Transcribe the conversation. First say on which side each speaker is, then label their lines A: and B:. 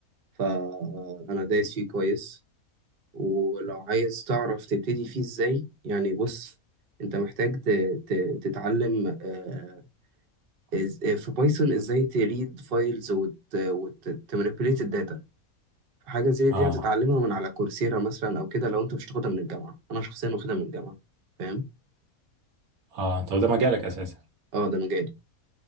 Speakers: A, on the right (about 55°); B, on the right (about 85°).
A: فانا دايس فيه كويس ولو عايز تعرف تبتدي فيه ازاي يعني بص انت محتاج ت- ت- تتعلم آه، إز- آه، في بايثون ازاي تريد فايلز وتمانيبيوليت الداتا حاجة زي
B: اه
A: دي هتتعلمها من على كورسيرا مثلا او كده لو انت مش تاخدها من الجامعة انا شخصيا واخدها من الجامعة فاهم
B: اه طب ده مجالك اساسا
A: اه ده مجالي